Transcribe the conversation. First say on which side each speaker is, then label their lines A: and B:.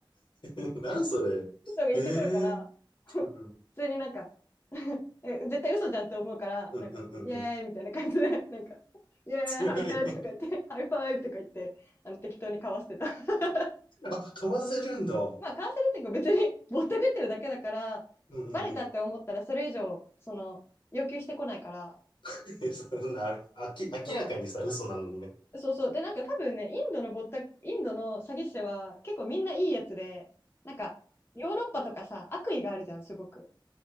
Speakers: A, on the left; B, on the left.
A: うん。<laughs> なんそれ。
B: のが言ってくるから、
A: ええ。
B: <laughs> 普通になんか
A: うん
B: <laughs> え絶対嘘じゃんって思うから、
A: うんうんうんうん。
B: なんか、イエーイみたいな感じで、<laughs> なんか、イエーイ、
A: 強い。
B: ハイタッチとか言って、<laughs> ハイファイブとか言って、あの適当に交わしてた。<laughs>
A: あ、かわせるんだ。うん
B: まあ、カウンセルっていうか別にぼったくってるだけだから、
A: うんうん。
B: バレたって思ったらそれ以上、その、要求してこないから。
A: <laughs> そんな、ああき、明らかにさ、
B: そ
A: 嘘なのにね。
B: う。そうそう。で、なんか多分ね、インドのぼった、インドの詐欺師は結構みんないいやつで、なんか、ヨーロッパとかさ、悪意があるじゃん、すごく。